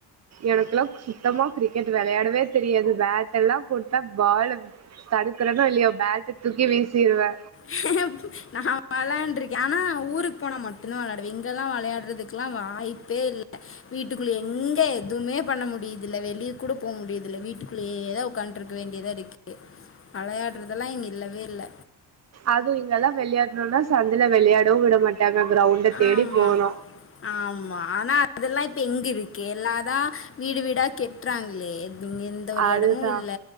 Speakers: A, on the right; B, on the left.
A: எனக்கெல்லா சுத்தமா கிரிக்கெட் வெளயாடவே தெரியாது பேட் எல்லா கொடுத்தா பால தடுக்கறன்னோ இல்லையோ பேட்ட தூக்கி வீசிடுவே
B: <inaudible> நா வெளயாண்டு இருக்கே ஆனா ஊருக்கு போன மட் டு தா வெளயாடுவே இங்கெல்லா வெளயாடுறதுக்கெல்லா வாய்ப்பே இல்ல வீட்டுக்குள்ள எங்க எதுவுமே பண்ண முடியதில்ல வெளிய கூட போக முடியதில்ல வீட்டுக்குள்ளயே தா ஒக்காந் துட்டு இருக்க வேண்டியதா இருக்கு அளையாடுறதெல்லா இங்க இல்லவே இல்ல
A: அதுவு இங்கெல்லா வெளயாடனும்னா சந்துல வெளயாடவு விட மாட்டாங்க கிரௌண்ட தேடி
B: ஆமா.
A: போனு
B: ஆமா ஆனா அதெல்லா இப்ப எங்க இருக்கு எல்லாதா வீடு வீடா கெட்றாங்களே எந்த ஒரு
A: அதுதான்
B: எடமு இல்ல